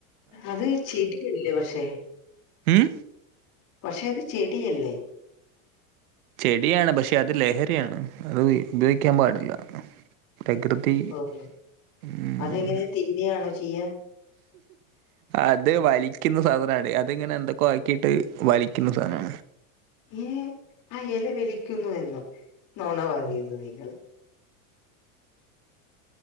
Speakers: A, on the left; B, on the right.
A: അത് ചെടിയല്ലേ പക്ഷെ
B: ഉമ്
A: പക്ഷെ അത് ചെടിയല്ലേ
B: ചെടിയാണ് പക്ഷെ അത് ലഹരിയാണ് അത് ഉപയോഗിക്കാൻ പാടില്ല പ്രകൃതി
A: ഓഹ്
B: ഉമ്
A: അതെങ്ങനെ തിന്നിയാണോ ചെയ്യാ
B: അത് വലിക്കുന്ന സാധനാണ് അതിങ്ങനെ എന്തൊക്കെ ആക്കിട്ട് വലിക്കുന്ന സാധനാ
A: ഏഹ് ആ എല വിലിക്കുന്നു എന്നോ നോണ പറയരുത്
B: ഉം
A: നിങ്ങൾ